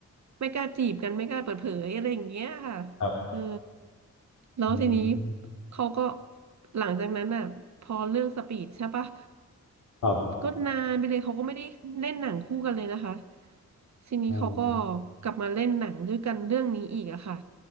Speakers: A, on the right; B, on the left.
A: ไม่กล้าจีบกันไม่กล้าเปิดเผยอะไรอย่างเงี้ยค่ะ
B: ครับ
A: เออแล้วทีนี้
B: อืม
A: เขาก็หลังจากนั้นอ่ะพอเรื่องสปีดใช่ปะ
B: ครับ
A: ก็นานไปเลยเขาก็ไม่ได้เล่นหนังคู่กันเลยนะคะทีนี้เขาก็
B: อ๋อ
A: กลับมาเล่นหนังด้วยกันเรื่องนี้อีกอะค่ะ